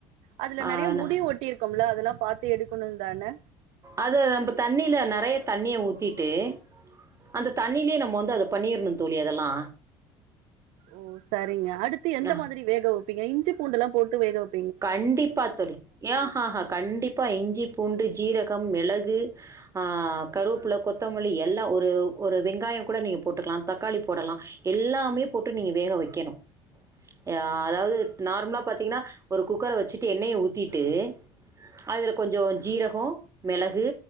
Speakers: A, on the right; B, on the right.
A: அதுல
B: ஆ,
A: நெறைய முடி
B: ந-
A: ஒட்டி இருக்கும்ல அதெல்லா பாத்து எடுக்கணுந்தான
B: அதுல நம்ப தண்ணில நெறைய தண்ணிய ஊத்திட்டு அந்த தண்ணிலயே நம்ம வந்து அத பண்ணிர்ணு தோழி அதெல்லா
A: ஓ சரிங்க அடுத்து எந்த
B: ஆ
A: மாதிரி வேக வப்பீங்க இஞ்சி பூண்டுல்லா போட்டு வேக வப்
B: கண்டிப்பா தோழி ஏ ஹாஹா கண்டிப்பா இஞ்சி பூண்டு ஜீரகம் மிளகு ஆ கருவுப்ல கொத்தமல்லி எல்லா ஒரு ஒரு வெங்காயங்கூட நீங்க போட்டுக்லா தக்காளி போடலா எல்லாமே போட்டு நீங்க வேக வக்கணு ஆ அதாவது நார்மலா பாத்தீங்கன்னா ஒரு குக்கர வச்சிட்டு எண்ணெய ஊத்திட்டு அதுல கொஞ்சோ ஜீரகோ மெளகு